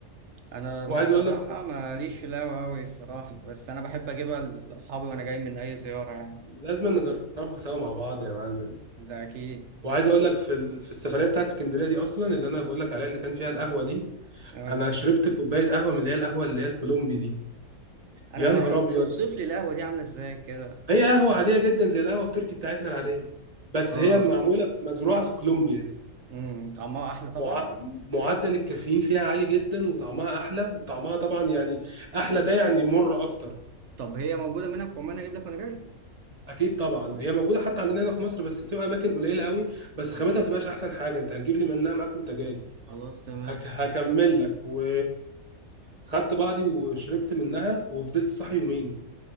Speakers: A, on the right (about 60°); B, on the right (about 30°).
A: انا
B: وعايز
A: الصراحه
B: اقول لك
A: ماليش في القهوه أوي الصراحه بس انا بحب اجيبها لاصحابي وانا جاي من اي زياره يعني
B: لازم نجربها سوا مع بعض يا معلم
A: ده اكيد
B: وعايز اقول لك في ال- في السفريه بتاعت اسكندريه دي اصلا اللي انا بقول لك عليها اللي كان فيها القهوه دي
A: اه
B: انا شربت كوبايه قهوه من اللي هي القهوه اللي هي الكولومبي دي
A: انا
B: يا
A: ما
B: نهار ابيض
A: اوصف لي القهوه دي عامله ازاي كده
B: هي قهوه
A: ولا
B: عاديه جدا زي القهوه التركي بتاعتنا العاديه بس
A: اه
B: هي معموله في- مزروعه في كولومبيا
A: امم طعمها احلى طبعا
B: مع... معدل الكافيين فيها عالي جدا وطعمها احلى وطعمها طبعا يعني احلى ده يعني مر اكتر
A: طب هي موجوده منها في عمان اجيب لك وانا جاي
B: اكيد طبعا هي موجوده حتى عندنا هنا في مصر بس بتبقى اماكن قليله قوي بس
A: مم.
B: خامتها ما بتبقاش احسن حاجه انت هتجيب لي منها معاك وانت جاي
A: خلاص تمام
B: هك... هكمل لك و خدت بعضي وشربت منها وفضلت صاحي يومين